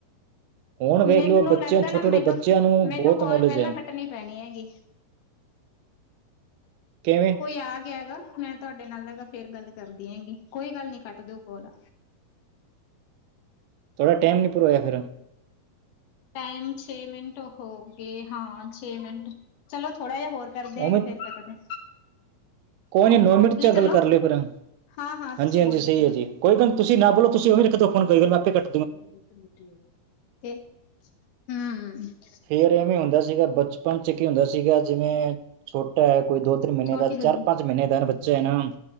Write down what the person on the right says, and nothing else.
ਹੁਣ ਵੇਖ
ਲਓ ਬੱਚਿਆਂ
ਛੋਟੇ
ਛੋਟੇ
ਬੱਚਿਆਂ ਨੂੰ
ਬਹੁਤ
ਨੌਲੇਜ
ਹੈ
ਕਿਵੇਂ
ਥੋੜ੍ਹਾ ਟੈਮ ਨੀ ਭਰੋਆ ਫਿਰ।
ਉਵੇਂ
ਕੋਈ ਨੀ ਨੌ ਮਿੰਟ 'ਚ ਗੱਲ
ਕਰ ਲਿਓ ਫਿਰ,
ਹਾਂਜੀ-ਹਾਂਜੀ
ਸਹੀ ਐ ਜੀ। ਕੋਈ ਗੱਲ ਤੁਸੀਂ ਨਾ ਬੋਲੋ ਤੁਸੀਂ ਉਵੇਂ ਈ ਰੱਖ ਦੋ ਫੂਨ ਕੋਈ ਗੱਲ ਮੈਂ ਆਪੇ ਕਟ
ਫੇਰ ਇਵੇਂ ਹੁੰਦਾ ਸੀਗਾ ਬਚਪਨ 'ਚ ਕੀ ਹੁੰਦਾ ਸੀਗਾ ਜਿਵੇਂ, ਛੋਟਾ ਹੈ ਕੋਈ ਦੋ-ਤਿੰਨ ਮਹੀਨੇ
ਦਾ ਚਾਰ-ਪੰਜ
ਪੰਜ ਮਹੀਨੇ ਦਾ ਬੱਚਾ ਹੈ ਨਾ,